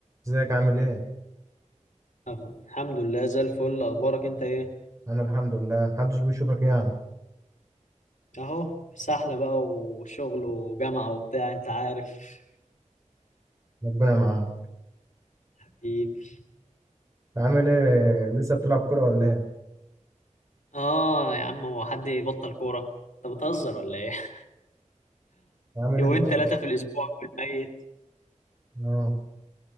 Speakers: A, on the right; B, on the left.
A: ازيك عامل ايه؟
B: أهو. الحمد لله زي الفل اخبارك انت ايه
A: انا الحمد لله محدش بيشوفك يعني
B: اهو سحلة بقى وشغل وجامعة وبتاع انت عارف
A: ربنا معاك
B: حبيبي.
A: عامل ايه لسه بتلعب كورة ولا ايه؟
B: اه يا عم هو حد يبطل كورة انت بتهزر ولا ايه <laughs>
A: عامل
B: يومين
A: ايه دلوقتي؟
B: ثلاثة في الاسبوع في الميت
A: اه